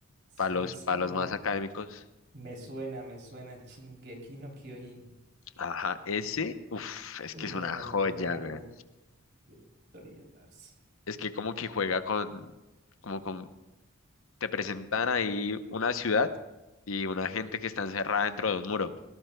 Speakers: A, on the right; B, on the left.
A: Sí,
B: para los,
A: sí,
B: para los
A: como
B: más académicos?
A: Me suena, me suena Shingeki no Kyojin.
B: Ajá, ese, uff, es
A: Uno
B: que es una
A: de los
B: joya,
A: mejores animes
B: güey.
A: de la historia, parce.
B: es que como que juega con, como con, te presentan ahí una ciudad y una gente que está encerrada dentro de un muro.